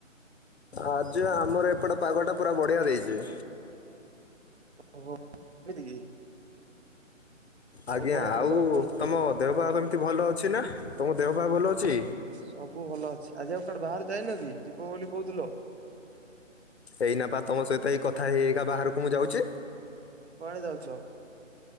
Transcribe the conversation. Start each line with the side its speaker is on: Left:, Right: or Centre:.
Left: ଆଜି ଆମର ଏପଟେ ପାଗଟା ପୁରା ବଢ଼ିଆ ଦେଇଛିି।
Right: ଓହୋ ଏମିତି କି?
Left: ଆଜ୍ଞା
Right: କଣ
Left: ଆଉ
Right: ଖବର କୁହନ୍ତୁ
Left: ତମ
Right: ହଁ।
Left: ଦେହ ପାହା କେମିତି ଭଲ ଅଛି ନା ତମ ଦେହ ପାହା ଭଲ ଅଛି?
Right: ସବୁ ଭଲ ଅଛି ଆଜି ଆଉ କୁଆଡେ ବାହାରେ ଯାଇନ କି ଯିବ ବୋଲି କହୁଥିଲ?
Left: ଏଇନା ପା ତମ ସହିତ ଏଇ କଥା ହେଇ ହେଇକା ବାହାରକୁ ମୁଁ ଯାଉଛି।
Right: କୁଆଡେ ଯାଉଛ?